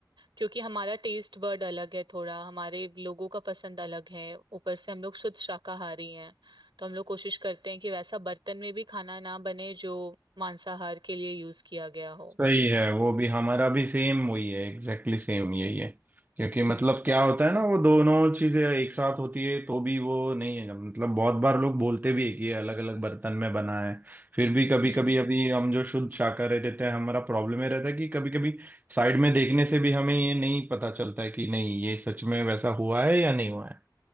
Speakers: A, on the right; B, on the right.
A: क्योंकि हमारा टेस्ट बर्ड अलग है थोड़ा हमारे लोगों का पसंद अलग है ऊपर से हम लोग शुद्ध शाकाहारी हैं तो हम लोग कोशिश करते हैं कि वैसा बर्तन में भी खाना ना बने जो मांसाहार के लिए यूज किया गया हो
B: सही है वो भी हमारा भी सेम वही है एग्जैक्टली exactly सेम यही है क्योंकि मतलब
A: हम्म
B: क्या होता है ना वो दोनों चीजें एक साथ होती है तो भी वो नहीं है मतलब बहुत बार लोग बोलते भी है कि ये अलग अलग बर्तन में बना है फिर भी कभी
A: हम्म
B: कभी
A: हम्म
B: अभी हम जो शुद्ध शाकाहारी रहते हैं हमारा प्रॉब्लम ये रहता है कि कभी कभी साइड में देखने से भी हमें ये नहीं पता चलता है कि नहीं ये सच में वैसा हुआ है या नहीं हुआ है